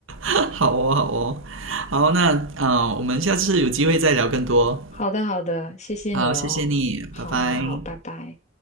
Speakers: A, on the right; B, on the left.
A: 好哦，好哦，好，那啊、呃我们下次有机会再聊更多。
B: 好的，好的，谢谢你哦，
A: 好，谢谢你，
B: 好好好，
A: 拜拜。
B: 拜拜。